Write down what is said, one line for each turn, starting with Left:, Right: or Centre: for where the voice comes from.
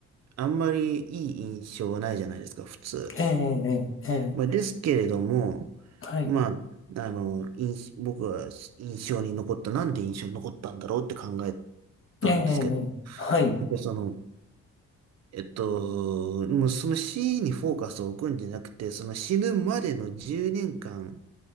Right: あんまりいい印象はないじゃないですか、普通。
Left: ええ、ええ、ええ
Right: まあ、ですけれども、
Left: はい。
Right: まあ、あの、印僕は印象に残った、なんで印象に残ったんだろうって考えたんですけど、
Left: ええ、ええはい。
Right: やっぱその、えっと、もうその死にフォーカスを置くんじゃなくて、その死ぬまでの10年間